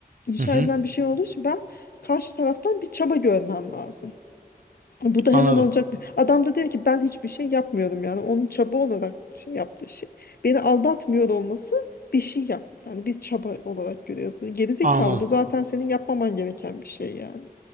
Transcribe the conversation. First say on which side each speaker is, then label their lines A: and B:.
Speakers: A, on the left; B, on the right.
A: İnşa
B: Hı hı.
A: edilen bir şey olduğu için ben karşı taraftan bir çaba görmem lazım. Bu da hemen
B: Anladım.
A: olacak bir. Adam da diyor ki ben hiçbir şey yapmıyorum yani. Onun çaba olarak şey yaptığı şey. Beni aldatmıyor olması bir şey yap. Yani bir çaba olarak görüyor. Bu Gerizekalı
B: Anladım.
A: bu zaten senin yapmaman gereken bir şey yani.